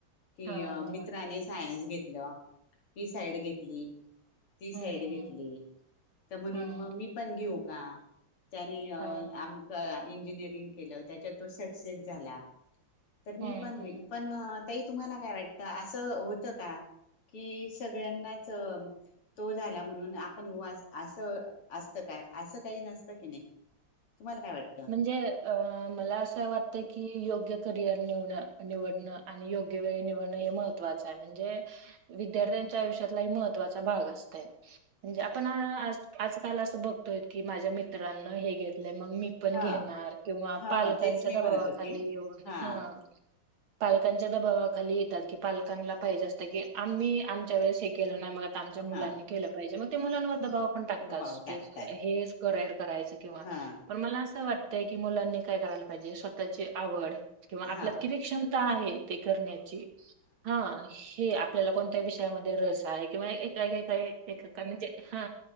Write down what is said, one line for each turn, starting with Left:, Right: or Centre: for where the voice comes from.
Left: की
Right: हां, हो
Left: मित
Right: ना.
Left: सायनस घेतला ही साईड घेतली ती साईड
Right: हं,
Left: घेतली
Right: हं.
Left: तर म्हणून
Right: हं.
Left: मग मी पण घेऊ का? त्यानी आमकं
Right: हां.
Left: इंजिनीरिंग केला त्याच्या तो सक्सेस झाला. तर मी
Right: हं,
Left: पण
Right: हं.
Left: पण ताई तुम्हाला काय वाटतं अस होत का कि सगळ्यांनाच तो झाला म्हणून आपण असं असत का असं काही नसतं की नाही. तुम्हाला काय वाटतं?
Right: म्हणजे अ मला असं वाटतं की योग्य करिअर निव निवडणं आणि योग्य वेळ निवडणं हे महत्त्वाचं आहे म्हणजे विद्यार्थ्यांच्या आयुष्यातला महत्त्वाचा भाग असतय म्हणजे आपण आजकाल असं बघतोय की माझ्या मित्रांना हे घेतले मग मी पण
Left: हा
Right: घेणार किंवा
Left: हा
Right: पालकांच्या
Left: हा तेच मी म्हणत
Right: दबावाखाली
Left: होती
Right: ये
Left: हा
Right: ह पालकांच्या दबावा ाली येतात की पालकांला पाहिजे असतं की आम्ही आमच्या वेळे शे केल नाही मग आमच्या मुलांनी
Left: हा
Right: केलं पाहिजे म ते मुलांवर दबाव ण टाकत
Left: दबाव टाकतात
Right: हे करर करायच किंवा
Left: हा
Right: मला असं वाटतंय की मुलांनी काय करायला पाहिजे स्वतःची आवड किंवा आपल्यात
Left: हा
Right: किती क्षमता आहे ते करण्याची हा हि आपल्याला कोणत्या विषयामध्ये रस आहे किंवा वे का काही एक का म्हणजे हा